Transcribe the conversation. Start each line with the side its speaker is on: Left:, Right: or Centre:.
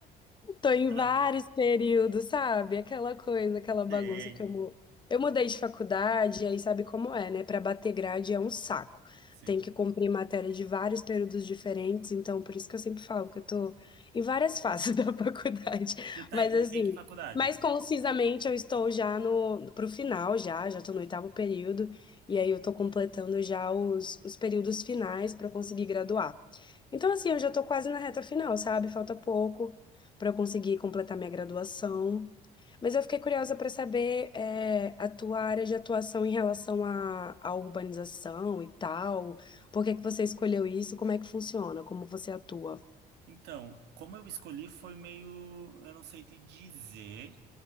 Left: Tô em
Right: Ah,
Left: vários
Right: não,
Left: períodos, sabe? Aquela coisa, aquela bagunça
Right: sei,
Left: que eu, mu- eu mudei de faculdade, aí sabe como é, né? Pra bater grade é um saco.
Right: sim.
Left: Tem que cumprir matéria de vários períodos diferentes, então por isso que eu sempre falo que eu tô em várias fases <laughs> da faculdade.
Right: Você tá
Left: Mas
Right: em,
Left: assim,
Right: em que faculdade?
Left: mais concisamente eu estou já no pro final já, já tô no oitavo período, e aí eu tô completando já os, os períodos finais pra conseguir graduar. Então assim, eu já tô quase na reta final, sabe? Falta pouco para eu conseguir completar minha graduação. Mas eu fiquei curiosa para saber eh, a tua área de atuação em relação à, à urbanização e tal. Por que que você escolheu isso? Como é que funciona? Como você atua?
Right: Então, como eu escolhi foi meio, eu não sei te dizer,